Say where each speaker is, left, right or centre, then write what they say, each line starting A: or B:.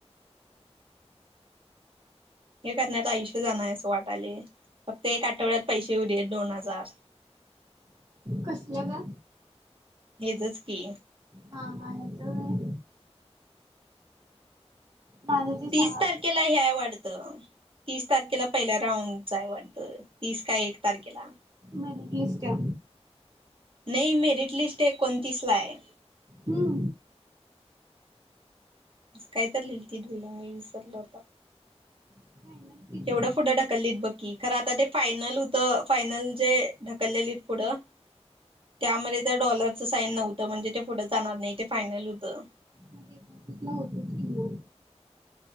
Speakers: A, on the right (about 50°); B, on the right (about 35°).
A: हे करण्यात आयुष्य जानार आहे असं वाटाले फक्त एक आठवड्यात पैसे येऊ दे दोन हजार.
B: कसल्या ग.
A: येचच की.
B: हा हा ह्याच वय. माझं ते
A: तीस
B: सांगा
A: तारखेला हे आहे वाडत. तीस तारखेला पहिला राऊंडच आहे वाटतं तीस का एक तारखेला.
B: मेरिटलिस्टच्या.
A: नाही मेरिट लिस्ट एकोणतीस ला आहे.
B: हुं.
A: कायतर लिहिती तुला इसरलो आता.
B: फायनल किती
A: केवढं
B: आहे
A: फुढं ढकलीत बघकी खर आता ते फायनल होत त फायनल जे ढकललेली पुढं त्यामध्ये त्या डॉलरच साईन नव्ह त म्हणजे ते पुढं जाणार नाही ते फायनल होतं.
B: मग ते ऑफिस ला होतच की ओ.